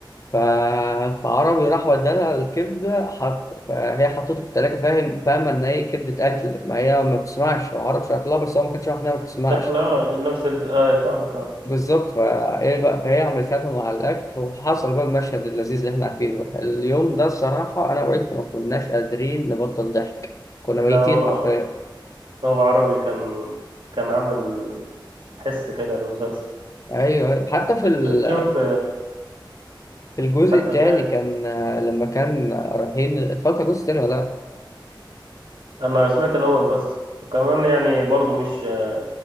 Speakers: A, on the left; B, on the right.
A: ف... فعربي راح ودالها الكبدة حط... فهي حطته في التلاجة فاهم فاهمة إن هي كبدة أكل ما هي ما بتسمعش وعربي شرح لها بس هو ما كانش عارف إنها ما بتسمعش
B: شكله آه، نفس ال... اه فاهمك اه
A: بالظبط فإيه بقى فهي عملت لها مع الأكل وحصل بقى المشهد اللذيذ اللي إحنا عارفينه بقى. اليوم ده الصراحة أنا وعيلتي ما كناش قادرين نبطل ضحك كنا ميتين
B: لو آه،
A: حرفيا
B: هو عربي كان كان عامل حس كده للمسلسل
A: ايوه حتى في ال
B: ش- شفت
A: الجزء
B: حتى
A: التاني
B: فيه.
A: كان آه، لما كان رايحين اتفرجت على الجزء التاني ولا لا؟
B: انا سمعت الاول بس وكمان يعني برضو مش اللي